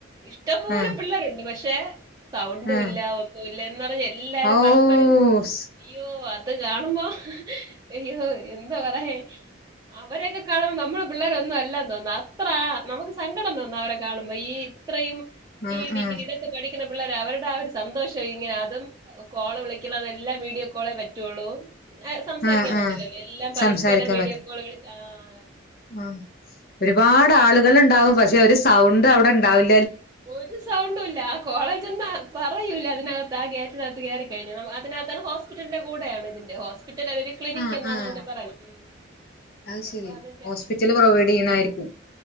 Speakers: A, on the right; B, on the left.
A: ഇഷ്ടംപോലെ
B: ആ
A: പിള്ളേരുണ്ട്. പക്ഷെ ട്ടേ സൗണ്ടും
B: ആ
A: ഇല്ല ഒന്നും <unintelligible> എല്ലാരും
B: ഓ
A: പരസ്പരം
B: സ്.
A: ഇയ്യോ അത് കാണുമ്പോ അയ്യോ എന്താ പറയേ അവരെയൊക്കെ കാണുമ്പോ നമ്മള് പിള്ളേരൊന്നും അല്ല. തോന്ന അത്ര നമുക്ക് സങ്കടം തോന്നാ. അവരെ കാണുമ്പോ ഈ ഇത്രയും
B: ആ
A: ഈ ഡിഗ്രി
B: ആ
A: ടെ പഠിക്ക കണപിള്ളേര് അവരുടെ ആ ഒരു സന്തോഷം ഇങ്ങനെ അതും കോള് വിളിക്കണം എല്ലാം വീഡിയോ കോളേ പറ്റുവോള്ളൂ സംസാരിക്കാൻ
B: ആ
A: പറ്റൂലല്ലോ
B: ആ
A: എല്ലാം പരസ്പരം
B: സംസാരിക്കാൻ
A: വീഡിയോ
B: പറ്റും
A: കോളുകളിൽ ആഹ്
B: ആ ഒരുപാട് ആളുകൾ ഉണ്ടാവും പക്ഷെ ഒരു സൗണ്ട് അവിടെ ഉണ്ടാവി
A: ഒരു സൗണ്ടുംല്ല കോളേജ ജന്ന് പറയൂല്ല അതിനത്ത് ആ ഗറ്റിനത്ത് കെറിക്കഴിഞ്ഞനമ്മ അതിനത്തണ് ഹോസ്പിറ്റലിന്റെ കൂടെയാണ് ഇതിന്റെ ഹോസ് പിറ്റൽ ര് ക്ലിനിക്
B: ആ
A: എന്നാണ്
B: ആ
A: അതിനെ പറയണ് ഉം
B: അത് ശരി
A: അപ്പൊ അതിന്റെ
B: ഹോസ്പിറ്റല്
A: ഉം
B: പ്രൊവൈഡ് ചെയ്യണായിരിക്കും